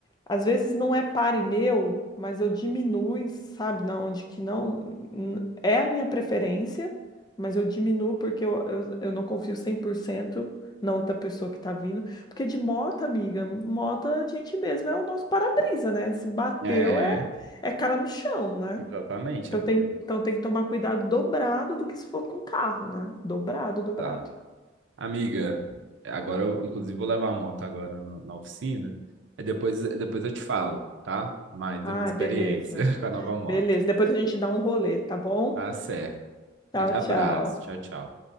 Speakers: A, on the left (about 20°); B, on the right (about 85°).
A: Às vezes não é pare meu, mas eu diminuo, sabe, na onde que não n- é a minha preferência, mas eu diminuo porque eu, eu, eu não confio 100% na outra pessoa que tá vindo. Porque de moto, amiga, moto a gente mesmo é o nosso para-brisa, né? Se bateu
B: É,
A: é, é cara no chão, né?
B: exatamente,
A: Então
B: amiga.
A: tem, então tem que tomar cuidado dobrado do que se for com carro, né? Dobrado, dobrado.
B: Tá. Amiga, agora eu, inclusive, vou levar a moto agora no- na oficina. E depois, depois eu te falo, tá? Mais
A: Ah,
B: a minha experiência
A: beleza.
B: <laughs> com a nova moto.
A: Beleza. Depois a gente dá um rolê, tá bom?
B: Tá certo.
A: Tchau,
B: Grande abraço.
A: tchau.
B: Tchau, tchau.